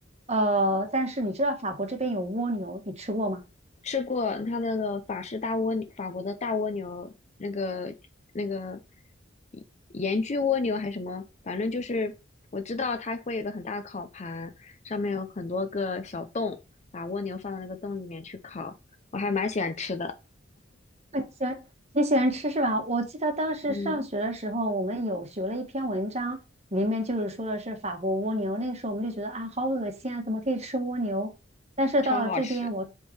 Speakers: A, on the right (about 35°); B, on the left (about 35°).
A: 呃，但是你知道法国这边有蜗牛，你吃过吗？
B: 吃过它那个法式大蜗牛，法国的大蜗牛，那个那个盐焗蜗牛还是什么，反正就是我知道它会有个很大的烤盘，上面有很多个小洞，把蜗牛放到那个洞里面去烤，我还蛮喜欢吃的，
A: 那你喜欢你喜欢吃是吧？我记得当时上学的时候，
B: 嗯，
A: 我们有学了一篇文章，里面就是说的是法国蜗牛。那个时候我们就觉得啊，好恶心啊，怎么可以吃蜗牛？但是到了这边我，
B: 超好吃